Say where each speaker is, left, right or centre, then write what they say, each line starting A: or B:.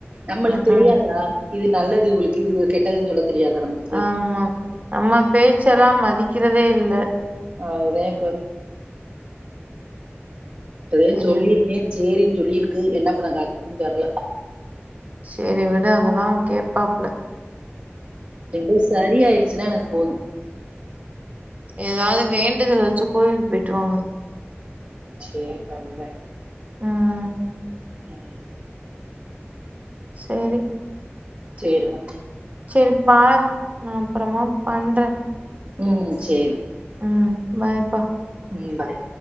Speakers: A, on the right (about 50°); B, on the right (about 35°).
A: நம்மளுக்
B: ம்
A: தெரியாதா
B: ம்
A: இது நல்லது உங்குளுக்கு இது கெட்டதுன்னு சொல்ல தெரியாதா நம்ளுக்
B: ஆமா நம்ம பேச்ச தா மதிக்கிறதே இல்ல
A: அதுதே இப்ப இப்பதே
B: சரி
A: சொல்லிருக்கே சேரின்னு சொல்லிருக்கு என்ன பண்ண காத்துருக்குன் தெர்ல
B: செரி விடு அதெல்லா கேப்பாப்புல
A: ரெண்டு சரி ஆயிருச்சுன்னா எனக்கு போது
B: எதாது வேண்டுதல் வச்சு கோயிலுக் போயிட்டு வாாங்க
A: சேரி பண்றே
B: ம்
A: ம்
B: செரி
A: சேரி டா
B: சேரி பாரு நா அப்பறமா பண்றே
A: ம் சேரி
B: ம் பாய் பா
A: ம் பாய்